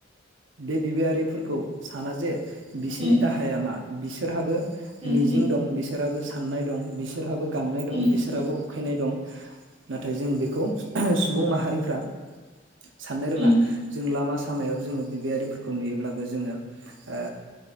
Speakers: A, on the right; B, on the right.
A: बे बिबायारि फोरखौ साना जे बिसिनि
B: उम
A: दाहाया मा बिसोर रोहाबो
B: उम
A: मिजिं
B: उम
A: दं बिसोराबो साननाय दं बिस बिसोरहाबो गांनाय दं
B: उम
A: बिसरहाबो उख नाय दं। नाथाय जों बेखौ सु सुबुं माहारिफ्रा साननो रोङा
B: उम
A: जों लामा सा सामायाव जोङो बिबायारिफोरखौ नुयोब्लाबो जोङो ओ